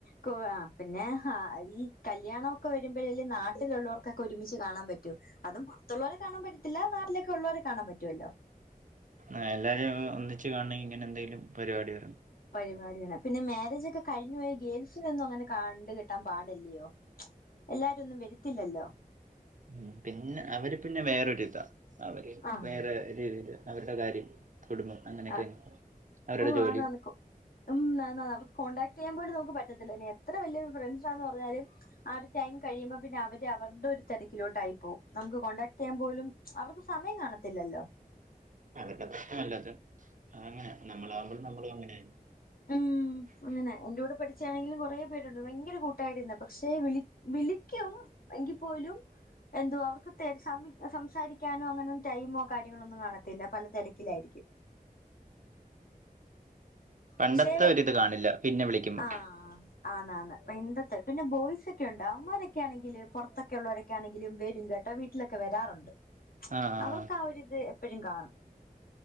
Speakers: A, on the left; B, on the right.
A: കൊ ആ ഹ് പിന്നെ ഹാരി കല്യാണൊക്കെ വരുമ്പോഴല്ലേ നാട്ടിലുള്ളോർക്കൊക്കെ ഒരുമിച്ച് കാണാൻ പറ്റു അതും പൊറത്തുള്ളോരെ കാണാൻ പറ്റത്തില്ല നാട്ടിലേക്കെള്ളരെ കാണാൻ പറ്റുവല്ലോ
B: ആഹ്എല്ലാരുംഒ ഒന്നിച്ച് കാണെങ്കി ഇങ്ങനെന്തെലും പരിവാടി വരും
A: പരിപാടിയാണ് പിന്നെ മാരേജ് ഒക്കെ കഴിഞ്ഞു പോയ ഗേൾസിനൊന്നും അങ്ങനെ കണ്ട് കിട്ടാൻ പാടല്ലിയോ എല്ലാരും ഒന്നും വെരുത്തില്ലല്ലോ
B: ഉം പിന്നെ അവര് പിന്നെ വേറൊരിതാ അവര്
A: ആഹ്
B: വേറെ രീതീല് അവരുടെ കാര്യം കുടുംബം അങ്ങനെയൊക്കെ
A: ആഹ്
B: അവരുടെ
A: ഉം
B: ജോലി.
A: ആന്നാന്ന് കോ ഉം ആന്നാന്ന് അവർക്ക് കോണ്ടാക്ട് ചെയ്യാൻ പോലും നമുക്ക് പറ്റത്തില്ലാ ഇനി എത്ര വല്യ ഫ്രണ്ട്സാന്ന് പറഞ്ഞാലും ആ ഒരു ടൈം കഴിയുമ്പോ പിന്നെ അവര് അവര്ടെ ഒരു തെരക്കിലോട്ടായി പോവും നമുക്ക് കോണ്ടടാക്ട് ചെയ്യാൻ പോലും അവർക്ക് സമയം കാണത്തില്ലല്ലോ?
B: അവരുടെ പ്രശ്നമല്ലത് അത് അങ്ങനാ നമ്മളാവുമ്പോഴും നമ്മളും അങ്ങനെയാരുന്നു.
A: ഉം അങ്ങനെ എന്റെ കൂടെ പഠിച്ചാണെങ്കിലും കൊറെ പേരുണ്ട് ഭയങ്കര കൂട്ടായിരുന്നാ പക്ഷെ വിളി വിളിക്കും എങ്കി പോലും എന്തുവാ അവർക്ക് തെ സം സംസാരിക്കാനോ അങ്ങനൊന്നും ടൈമോ കാര്യങ്ങളോ ഒന്നും കാണത്തില്ലാ പല തെരക്കിലായിരിക്കും
B: പണ്ടത്തെ
A: പക്ഷെ
B: ഒര് ഇത് കാണില്ല പിന്നെ വിളിക്കുമ്പം
A: ആഹ് ആന്നാന്ന് <unintelligible> പിന്നെ ബോയ്സ് ഒക്കെ ഇണ്ട് അവന്മാരൊക്കെ ആണെങ്കില് പൊറത്തൊക്കെ ഒള്ളവരൊക് ക്കെയാണെങ്കിലും വെരും കേട്ടാ വീട്ടിലൊക്കെ വെരാറൊണ്ട്
B: ആഹ്
A: അവർക്ക് ആ ഒരിത് എപ്പഴും കാണും.